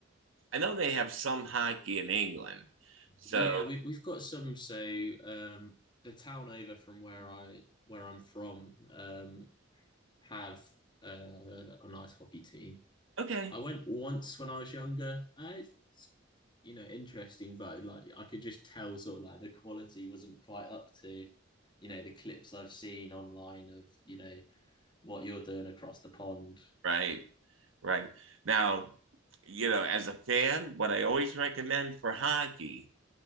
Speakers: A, on the right; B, on the left.
A: I know they have some hockey in England. So,
B: Yeah, we we've got some. So um, the town over from where I where I'm from um, have uh, a nice hockey team.
A: okay.
B: I went once when I was younger. I, It's you know interesting, but like I could just tell sort of like the quality wasn't quite up to you know the clips I've seen online of you know what you're doing across the pond.
A: Right. Right. Now, you know, as a fan, what I always recommend for hockey,